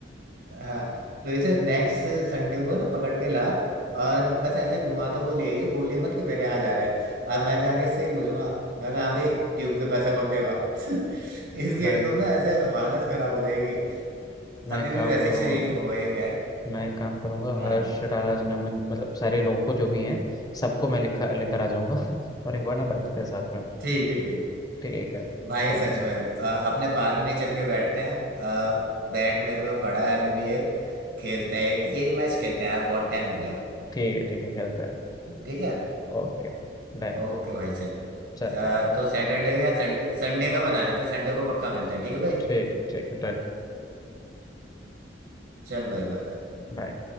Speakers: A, on the right (about 80°); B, on the left (about 20°).
A: हाँ तो इसे नेक्स्ट संडे को ना पकड़ के ला और बस ऐसे घुमाता हुआ ले आइयो बोलिए मत कि मेरे यहाँ जा रहा है और मैं जाके इससे ही पूछूंगा मैं कहा, हाँ भाई ट्यूब के पैसे कौन देगा <laughs> इसकी
B: मैं
A: एकदम ना ऐसे हालत खराब हो जाएगी
B: मैं
A: अभी
B: एक काम
A: भी वैसे
B: करूंगा
A: ही शरीफ होगा ये खैर
B: मैं एक काम करूंगा
A: हाँ
B: हर्ष राज नमन मतलब सारे लोगों को जो भी हैं सबको मैं लिखा लेकर आ जाऊंगा <laughs> और एक बार ना बैठते हैं साथ में
A: ठीक ठीक ठीक
B: ठीक है
A: भाई
B: और
A: सच में अ, अपने पार्क में ही चल के बैठते हैं अ, बैट मेरे पे पड़ा है अभी भी एक खेलते हैं एक एक मैच खेलते हैं यार बहुत टाइम हो गया
B: ठीक है ठीक है हेल्प है
A: ठीक है
B: Okay done
A: ओके भाई चल अ,
B: चल बाय
A: तो सैटरडे या संडे संडे का बना लेते हैं संडे को पक्का मिलते हैं ठीक है भाई
B: ठीक ठीक है डन
A: चल भाई बाय बाय
B: बाय